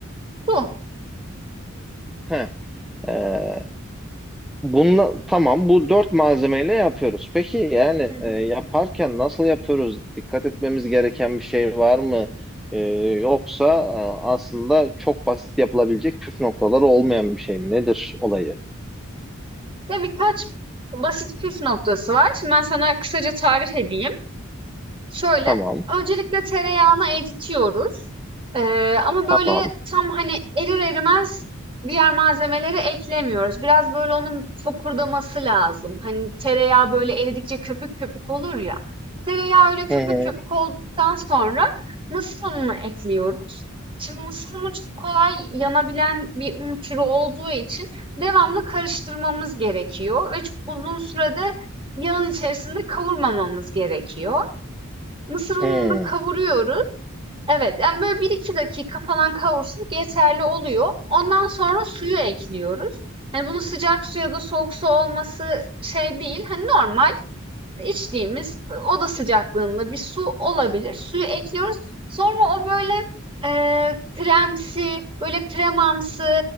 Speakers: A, on the right (about 25°); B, in the centre.
A: Bu.
B: Heh. e, Bunla, tamam bu dört malzemeyle yapıyoruz. Peki yani
A: Hı hı.
B: e, yaparken nasıl yapıyoruz? Dikkat etmemiz gereken bir şey var mı? E, yoksa e, aslında çok basit yapılabilecek püf noktaları olmayan bir şey mi? Nedir olayı?
A: Ve birkaç basit püf noktası var. Şimdi ben sana kısaca tarif edeyim. Şöyle,
B: Tamam,
A: öncelikle tereyağını eritiyoruz. Eee, ama böyle
B: tamam.
A: tam hani erir erimez diğer malzemeleri eklemiyoruz. Biraz böyle onun fokurdaması lazım. Hani tereyağı böyle eridikçe köpük köpük olur ya. Tereyağı öyle köpük
B: Hı hı,
A: köpük olduktan sonra mısır ununu ekliyoruz. Şimdi mısır unu çok kolay yanabilen bir un türü olduğu için devamlı karıştırmamız gerekiyor ve çok uzun sürede yağın içerisinde kavurmamamız gerekiyor. Mısır ununu
B: hı,
A: kavuruyoruz. Evet, yani böyle bir iki dakika falan kavursak yeterli oluyor. Ondan sonra suyu ekliyoruz. Hani bunu sıcak su ya da soğuk su olması şey değil. Hani normal içtiğimiz e, oda sıcaklığında bir su olabilir. Suyu ekliyoruz. Sonra o böyle e, kremsi, böyle kremamsı